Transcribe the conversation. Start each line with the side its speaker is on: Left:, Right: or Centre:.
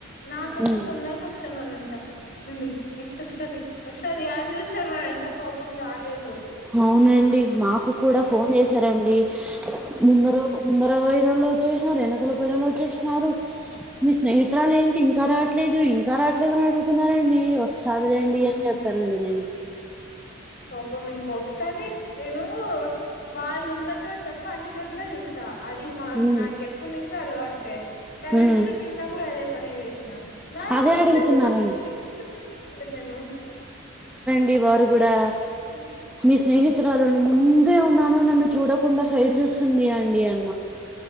Left: నాకన్నా
Centre: హ్మ్.
Left: తొందరకి వస్తున్నారంట వస్తుంది నెక్స్ట్ వస్తాది వస్తాది ఎని చూస్తున్నారంట పాపం రాలేదు
Centre: అవునండి మాకు కూడా
Left: అట్లే
Centre: ఫోన్
Left: చూ
Centre: చేశారండి ముందర ముందర పోయి చేస వెనకల పంలో చేసినన్నారు మీ స్నేహితురాలు ఏంటి ఇంకా రాట్లేదు ఇంకా ట్లేక అడుగుతున్నారండి వస్తుందిలేండి
Left: అవునండి
Centre: అని చెప్పానండి నేను
Left: ఇప్పు ఇంక వస్తానే నేను వాళ్ళు ఉన్న చోటు తప్ప అన్ని చోట్ల చూస్తానా అది మా
Centre: హ్మ్.
Left: నాకెప్పుడు నుంచో అలవాట్లే కరెక్ట్
Centre: హ్మ్.
Left: నిన్న కూడా అదే పని చేసినా నా
Centre: అదే
Left: ముంద
Centre: అడుగుతున్నారండి.
Left: <unintelligible> ట్లేదు నేను
Centre: మీ వారు కూడా
Left: హ్మ్.
Centre: మీ స్నేహితురాలును ముందే ఉన్నాను నన్ను చూడకుండా సైడ్ చూస్తుంది అండి అన్